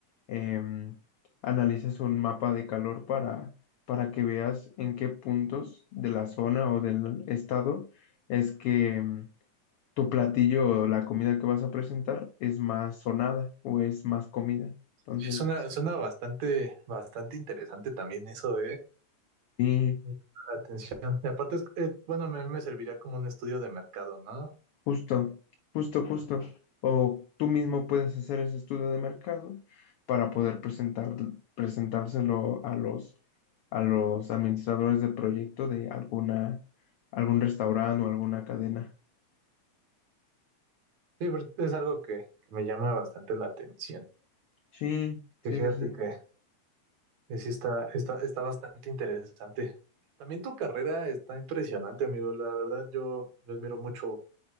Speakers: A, on the left (about 85°); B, on the right (about 70°).
A: em, analices un mapa de calor para, para que veas en qué puntos de la zona o del estado es que mm, tu platillo o la comida que vas a presentar es más sonada o es más comida. Entonces,
B: Sí, suena, suena bastante, bastante interesante también eso, ¿eh?
A: sí.
B: Me llama La atención. Y aparte, es, eh, bueno, a mí me serviría como un estudio de mercado, ¿no?
A: Justo, justo, justo. O tú mismo puedes hacer ese estudio de mercado para poder presentar, presentárselo a los, a los administradores de proyecto de alguna, algún restaurante o alguna cadena.
B: Sí, pero es algo que, que me llama bastante la atención.
A: Sí,
B: Que
A: sí,
B: fíjate
A: sí, sí.
B: que, que sí está, está, está bastante interesante. También tu carrera está impresionante, amigo. La verdad, yo, yo admiro mucho